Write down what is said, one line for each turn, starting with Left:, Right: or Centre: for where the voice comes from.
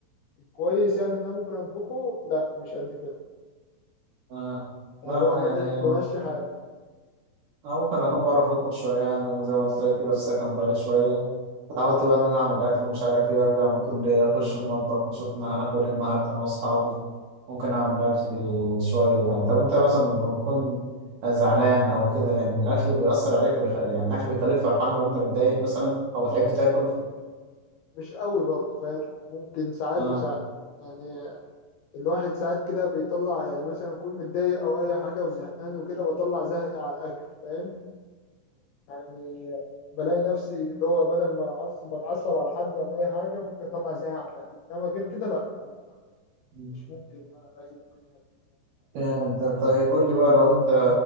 Left: كويس يعني ان انا ممكن اطبخه لا مش قد كده
Right: آه.
Left: يعني
Right: لا
Left: اللي
Right: انا
Left: هو بم-
Right: يعني
Left: بمشي حالي
Right: أنا ممكن أكون بعرف أطبخ شوية يعني أنا زي ما قلت لك كده في السكن بقالي شوية اتعودت بقى إن أنا أعمل أكل ومش عارف إيه أرجع من الكلية أخش المطبخ نشوف إن هناكل إيه النهاردة أنا وأصحابي ممكن أعمل أكل شوية يعني طب أنت مثلا لما بتكون زعلان أو كده يعني الأكل بيأثر عليك ويخلي يعني الأكل بيخليك فرحان لو أنت متضايق مثلا أو بتحب تاكل
Left: مش قوي برضه فاهم ممكن ساعات
Right: آه
Left: وساعات يعني الواحد ساعات كده بيطلع يعني مثلا يكون متضايق او اي حاجه وزهقان وكده بطلع زهقي على الاكل فاهم يعني بلاقي نفسي اللي هو بدل ما أعصب بتعصب على حد ولا اي حاجه ممكن اطلع زهقي على الاكل انما غير كده لا أنا
Right: <laughs>
Left: مش ممكن أنا الاكل ممكن يهديني لو أنا متعصب.
Right: جامد ده طيب قول لي بقى لو انت